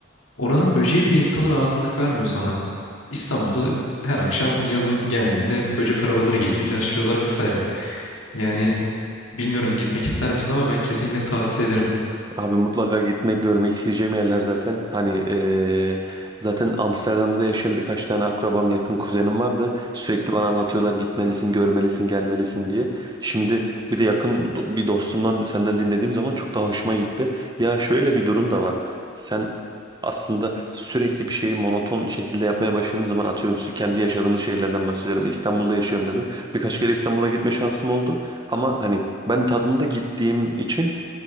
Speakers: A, on the left; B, on the right.
A: oranın böceği bile insana rahatsızlık vermiyor sana. İstanbul'da her akşam yazın geldiğinde böcek arabaları geziyor, ilaçlıyorlar vesaire. Yani bilmiyorum gitmek ister misin ama ben kesinlikle tavsiye ederim.
B: Abi mutlaka gitmek, görmek isteyeceğim yerler zaten. Hani eee, zaten Amsterdam'da da yaşayan birkaç tane akrabam, yakın kuzenim vardı. Sürekli bana anlatıyorlar gitmelisin, görmelisin, gelmelisin diye. Şimdi bir de yakın do- bir dostumdan senden dinlediğim zaman çok daha hoşuma gitti. Ya şöyle bir durum da var. Sen aslında sürekli bir şeyi monoton şekilde yapmaya başladığın zaman atıyorum sü- kendi yaşadığımız şeylerden bahsediyorum. İstanbul'da yaşıyorum dedin. Birkaç kere İstanbul'a gitme şansım oldu. Ama hani ben tadında gittiğim için